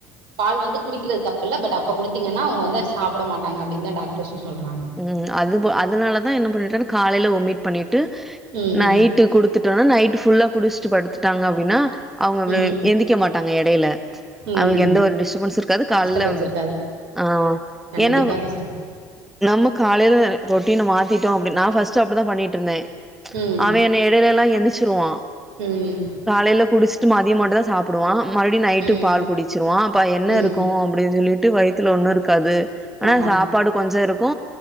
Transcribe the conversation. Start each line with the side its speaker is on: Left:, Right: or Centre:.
Right: பால் வந்து குடிக்கிறத் தப்பு இல்ல பட் அப்போ குடுத்தீங்கன்னா அவுங்க வந்து சாப்புட மாட்டாங்க அப்டின் தா டாக்டர்ஸு சொல்றாங்க
Centre: ம் அதுபோ அதனாலதா என்ன பண்ணிட்ட காலைல ஒமிட் பண்ணிட்டு
Right: ம்
Centre: நைட் டு குடுத்துட்டோனா நைட் ஃபுல்லா குடிச்ட்டு படுத்துட்டாங்க அப்டினா அவுங்க வே
Right: ம்
Centre: எந்திக்க மாட்டாங்க இடையில
Right: ம்
Centre: அவுங்ளுக் எந்த ஒரு டிஸ்டபன்ஸு இருக்காது கால்ல
Right: டிஸ்டபன்ஸ் இருக்காது
Centre: ஆ
Right: கண்டிப்பா
Centre: ஏனா வ
Right: சிஸ்டர்
Centre: நம்ம காலைல ரொட்டினு மாத்திட்டோ அப்டினா பஸ்ட் அப்டித்தா பண்ணிட்ருந்தே
Right: ம்
Centre: அவே இந்த இடைலேலா எந்திச்சிருவா
Right: ம்
Centre: காலைல குடிச்சிட் மதிய மட்டு தா சாப் புடுவா மறுடியு நைட்
Right: ம்
Centre: பால் குடிச்சிருவா அப்ப என்ன
Right: ம்
Centre: இருக்கு அப்டின் சொல்லிட்டு வைத் துல ஒண்ணு இருக்காது ஆனா
Right: ஆமா
Centre: சாப்பாடு கொஞ்ச இரு க்கு